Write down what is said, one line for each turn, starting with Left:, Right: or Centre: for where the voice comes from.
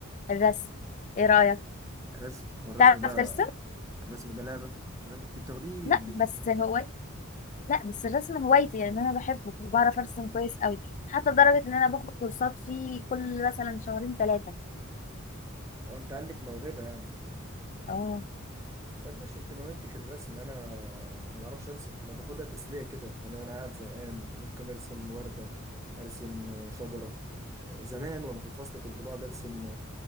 Left: الرسم ايه رايك
Right: رسم والرسم
Left: تعرف
Right: ده
Left: ترسم
Right: الرسم ده لعبة الر- أنت بتاخديه
Left: لا
Right: ب...
Left: بس هو لا بس الرسم هوايتي يعني انا بحبه وبعرف ارسم كويس قوي حتى لدرجه ان انا باخد كورسات فيه كل مثلا شهرين ثلاثه
Right: أنت عندك موهبة يعني
Left: اه
Right: طب ماشي انت موهبتك الرسم انا ما بعرفش ارسم انا باخدها تسليه كده انا وانا قاعد زهقان ممكن ارسم ورده ارسم شجره زمان وانا في الفصل كنت بقعد ارسم